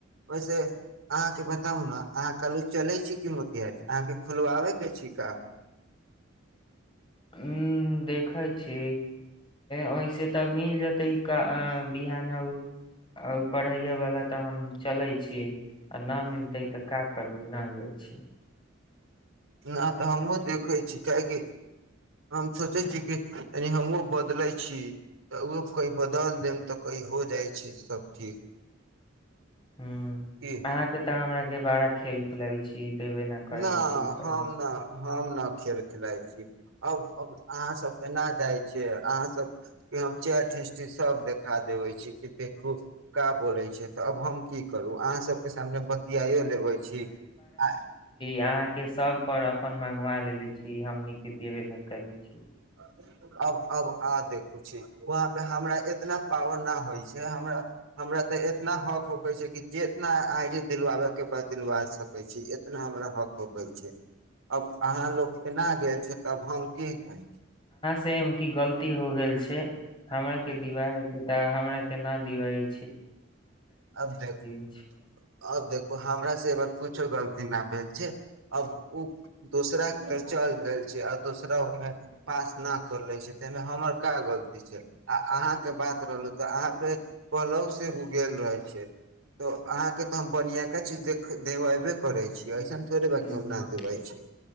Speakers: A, on the right; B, on the left.
A: ओहिसे अहाँके बताउ ने अहाँ कहलू चलै छी। कि मोतिहारारी अहाँके खोलवाबैके छी का।
B: ह देखे छी ओऐसे तऽ मिल जेतै क। बिहान ह पढ़ै वालला तऽ हम चले छी। न िलतै तऽ <unintelligible> का करबै नहि जाय छी।
A: नहि तऽ हमहूँ देखै छी। काहेकि हम सोचै छीिय कि य हमहूँ बदलै छी। तऽ ओहो कह बदलि देब तऽ कहइ हो जाइ छै सभ ठीक।
B: ह
A: की
B: अहाँके तऽ हमरा बारा खेल प लइ छै। ईी देबे नहि करै
A: ना
B: छी कर।
A: हम ना हम ने खेल खेलााय छी। अब अहा सब तऽना जाइ छी। अहाँ सब के हम चैट सब देखा देबे छी। कि देखू का बोले छै। त अब हम की करु अहाँ सब के सामने बतियाो। होइ छी आ
B: आहाँ के सब पर <unintelligible> पाइ लेने छी हमनी के देबे ले कहय छी
A: अब अब आ देखू छी वहाँ पे हमरा इतना पावना होइ छै हमरा हमरा त एतना हक होक छै कि जितना आई डी दिलवाबे के बाद दिलवा सकै छी इतना हमरा हक होक छै अब अहाँ लोक केना गेल छी तब हम की कहै छी
B: सेम की गलती हो गेल छै हमरा के दिवाह छै त हमरा केना दिवइ
A: अब देखू
B: छै
A: अब देखू हमरा से कुछो गलती न भेल छै अब ओ दोसरा के तर चल गेल छै आ दोसरा ओमे पास न कर ले छै ताहिमे हमर क गलती छै आ अहा के बात रहलो त अहाँ पे पहलहू गो गेल रहै छी त अहां के त हम बनियाका के चीज देख देबैबे करे छी अइसन थोर ब
B: ह
A: क हम नत बै छी